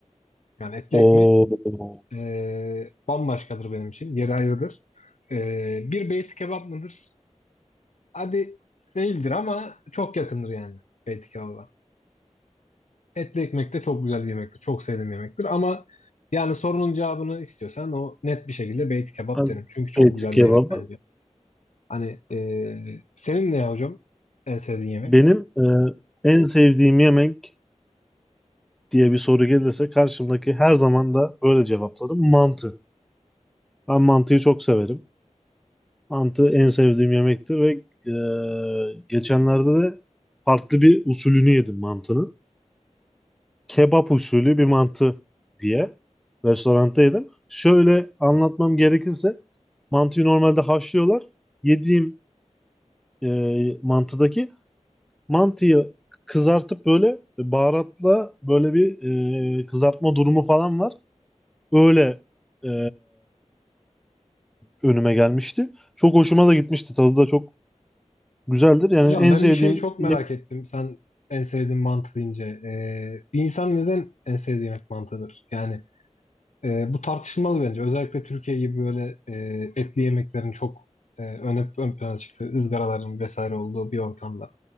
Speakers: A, on the left (about 70°); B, in the centre.
A: Yani etli
B: Oo.
A: ekmek e, bambaşkadır benim için. Yeri ayrıdır. E, bir beyti kebap mıdır? Hadi değildir ama çok yakındır yani beyti kebaba. Etli ekmek de çok güzel bir yemektir. Çok sevdiğim bir yemektir. Ama yani sorunun cevabını istiyorsan o net bir şekilde beyti kebap
B: Abi,
A: derim. Çünkü çok
B: Beyti
A: güzel
B: kebap.
A: bir yemek bence. Hani e, senin ne ya hocam en sevdiğin yemek?
B: Benim e, en sevdiğim yemek diye bir soru gelirse karşımdaki her zaman da böyle cevaplarım mantı. Ben mantıyı çok severim. Mantı en sevdiğim yemektir ve e, geçenlerde de farklı bir usulünü yedim mantının. Kebap usulü bir mantı diye restoranda yedim. Şöyle anlatmam gerekirse mantıyı normalde haşlıyorlar. Yediğim e, mantıdaki mantıyı kızartıp böyle baharatla böyle bir e, kızartma durumu falan var. Öyle e, önüme gelmişti. Çok hoşuma da gitmişti. Tadı da çok Güzeldir. Yani
A: Hocam
B: en
A: ben
B: sevdiğim
A: bir şeyi çok merak
B: yemek.
A: ettim. Sen en sevdiğin mantı deyince. E, bir insan neden en sevdiği yemek mantıdır? Yani E, bu tartışılmalı bence. Özellikle Türkiye gibi böyle e, etli yemeklerin çok e, öne, ön plana çıktığı, ızgaraların vesaire olduğu bir ortamda.